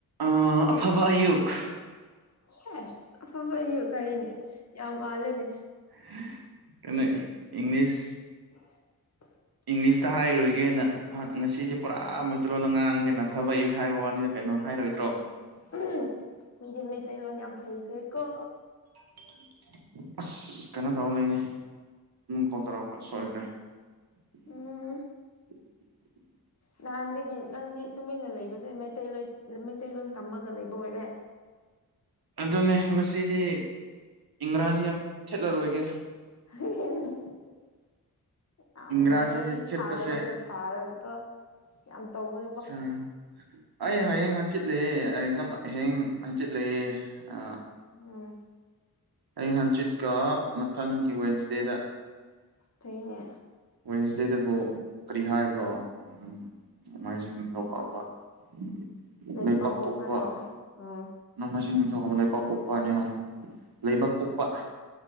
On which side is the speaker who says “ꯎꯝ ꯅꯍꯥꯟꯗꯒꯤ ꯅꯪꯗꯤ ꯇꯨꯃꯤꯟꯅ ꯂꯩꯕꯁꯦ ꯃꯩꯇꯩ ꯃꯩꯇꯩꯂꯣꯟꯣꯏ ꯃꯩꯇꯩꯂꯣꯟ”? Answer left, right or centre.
Left